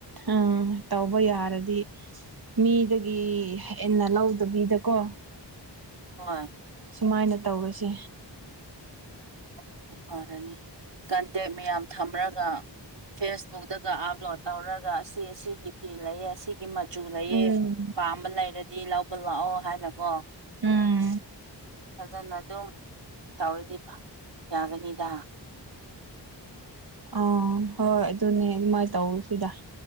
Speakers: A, on the right (about 55°); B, on the right (about 70°).
A: ꯎꯝ ꯇꯧꯕ ꯌꯥꯔꯗꯤ ꯃꯤꯗꯒꯤ ꯍꯦꯟꯅ ꯂꯧꯗꯕꯤꯗꯀꯣ
B: ꯍꯣꯏ
A: ꯁꯨꯃꯥꯏꯅ ꯇꯧꯔꯁꯦ
B: ꯑꯗꯨ ꯐꯔꯅꯤ ꯀꯟꯇꯦꯛ ꯃꯌꯥꯝ ꯊꯝꯂꯒ ꯐꯦꯁꯕꯨꯛꯇꯒ ꯑꯞꯂꯣꯗ ꯇꯧꯔꯒ ꯑꯁꯤ ꯑꯁꯤꯒꯤ ꯐꯤ ꯂꯩꯌꯦ ꯑꯁꯤꯒꯤ ꯃꯆꯨ ꯂꯩꯌꯦꯦ
A: ꯎꯝ
B: ꯄꯥꯝꯕ ꯂꯩꯔꯗꯤ ꯂꯧꯕ ꯂꯥꯛꯑꯣ ꯍꯥꯏꯅꯀꯣ
A: ꯎꯝ
B: ꯐꯖꯅ ꯑꯗꯨꯝ ꯇꯧꯔꯗꯤ ꯌꯥꯒꯅꯤꯗ
A: ꯑ ꯍꯣꯏ ꯑꯗꯨꯅꯦ ꯑꯗꯨꯃꯥꯏꯅ ꯇꯧ ꯁꯤꯗ